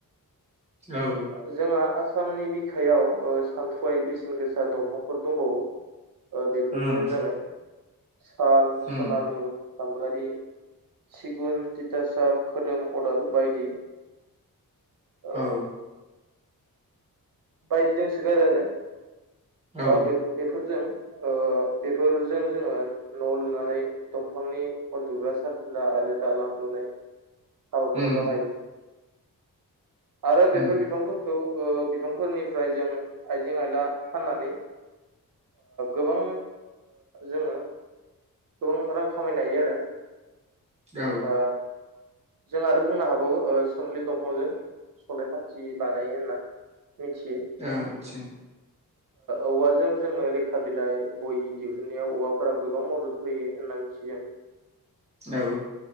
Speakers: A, on the right; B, on the right.
A: औ
B: जोंहा आसामनि बिखायाव सानथ्र'यै बेसेन गोसा दंफांफोर दंबावो बेफोरनो
A: उम
B: जाबाय साल सनालु
A: उम
B: गाम्बारि सिगुन थिथासाब खोदोम अदाल बायदि ओ
A: औ
B: बायदि दंसोगारो आरो
A: औ
B: बेफोरजों बेफोरजों जोंङो न लुनानै दंफांनि उन्दुग्रा सारफिला आरो दालां लुनाय हाबाफोराव
A: उम
B: बाहायो आरो बेफोर
A: उम
B: बिफांफोरखौ बिफांफोरनिफ्राय जों आइजें आइला फाननानै गोबां जोंङो गोबां रां खामायनो हायो आरो
A: औ
B: ओ जों आरो बुंनो हाबावो सोमलि दंफांजों सलाय खाथि बानायो होनना मिथियो
A: आतसा
B: औवाजों जोंङो लेखा बिलाइ बयि दिहुनन्नायाव औवाफोरा गोबां मदद होयो होनना मिथियो जों <inaudible>
A: औ